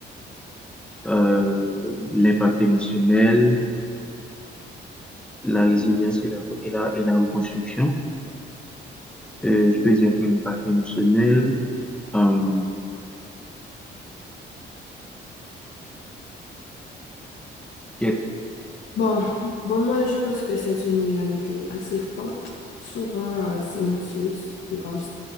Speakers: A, in the centre; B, on the left (about 85°).
A: Euh, l'impact émotionnel, la résilience et la, et la, et la reconstruction. Euh, je peux dire que l'impact émotionnel, euh, que-
B: Bon, bon, moi, je pense que c'est une réalité assez forte, souvent euh, silencieuse, je pense.